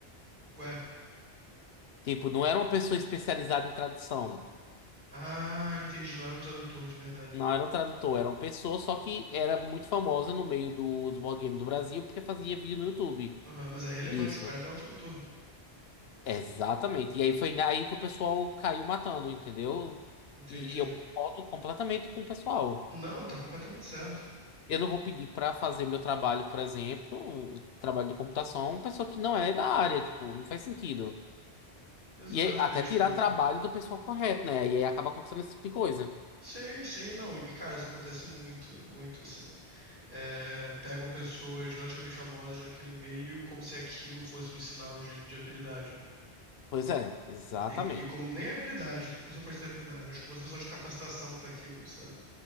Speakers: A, on the right; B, on the left.
A: Ué.
B: Tipo, não era uma pessoa especializada em tradução.
A: Ah, entendi. Não era um tradutor de verdade.
B: Não
A: né?
B: era um tradutor, era uma pessoa só que era muito famosa no meio do- dos board game do Brasil, porque fazia vídeo no YouTube
A: Aham, mas é relevante,
B: disso.
A: o cara não é um tradutor.
B: Exatamente. E aí foi aí que o pessoal caiu matando, entendeu?
A: Entendi.
B: E, e eu concordo completamente com o pessoal.
A: Não, tá completamente certo.
B: Eu não vou pedir para fazer meu trabalho, por exemplo, um trabalho de computação, uma pessoa que não é da área, tipo, não faz sentido.
A: Exato,
B: E aí, até
A: e tipo.
B: tirar trabalho do pessoal correto, né? E aí acaba acontecendo esse tipo de coisa.
A: Sim, sim, não. E cara, isso acontece muito, muito assim. é, pegam pessoas relativamente famosas naquele meio como se aquilo fosse um sinal de, de habilidade.
B: Pois é, exatamente.
A: E, e como nem é habilidade, que a pessoa pode ter habilidade, mas como se fosse um sinal de capacitação para aquilo, sabe?